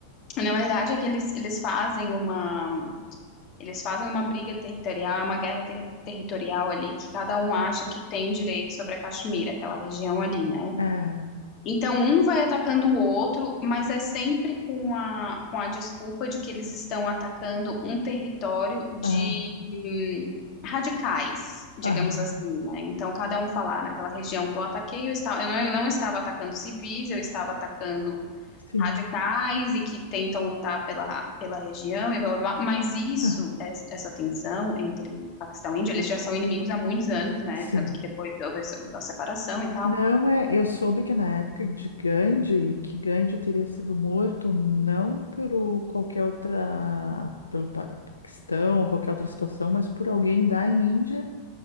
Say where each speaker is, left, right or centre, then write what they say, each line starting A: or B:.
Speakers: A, on the left (about 40°); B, on the left (about 75°).
A: na verdade é que eles, eles fazem uma Eles fazem uma briga territorial, é uma guerra ter- territorial ali que cada um acha que tem direito sobre a Caxemira, aquela região ali, né?
B: É,
A: Então, um vai atacando o outro, mas é sempre com a, com a desculpa de que eles estão atacando um território de
B: é.
A: hum, radicais, digamos
B: Aham,
A: assim, né? Então, cada um falar naquela região que eu ataquei, eu, estava, eu não, eu não estava atacando civis, eu estava atacando
B: sim,
A: radicais e que tentam lutar pela, pela região, e blá, blá, blá. Mas isso,
B: aham,
A: es- essa tensão entre Paquistão e Índia, eles já são inimigos há muitos anos, né?
B: sim.
A: Tanto que depois houve a se- a separação e tal.
B: Não é, eu soube que na época de Gandhi, que Gandhi teria sido morto não por o- qualquer outra, pelo pa- questão ou qualquer outra situação, mas por alguém da Índia